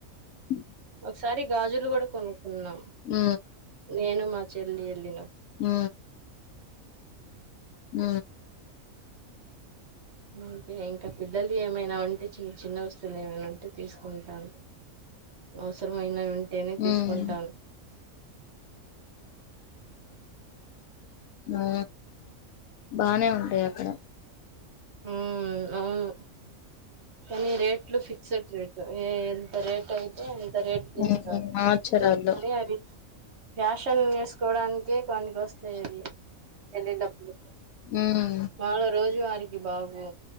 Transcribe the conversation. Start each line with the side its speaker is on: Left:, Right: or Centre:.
Left: ఉ
Right: ఒకసారి గాజులు కూడా కొనుక్కున్నాం
Left: ఉ
Right: నేను మా చెల్లి ఎలీనం
Left: ఉ ఉ
Right: అంటే ఇంకా పిద్దలు ఏమైనా ఉం తే చిన్న చిన్న వస్తువులు ఏమైంటే తీసుకుంటాను అవసరమైనవి ఉంటే టేనే
Left: ఉమ్
Right: తీసుకుంటాను
Left: ఊ బానే ఉంటాయి అక్కడ
Right: ఊ అవును కానీ రేట్లు ఫిక్స్డ్ రేటు ఏ ఎంత రేట్ ఐ తే ఎంత రేట్ కిస్తాడు
Left: ఉహు ఆచరాల్లో
Right: మరి అవి ఫ్యాషన్ ఏసుకోవడానికే పనికోస్తాయవి పెళ్ళిళప్పు
Left: ఉమ్
Right: మాములుగా రోజు ఆ అరికి బాగు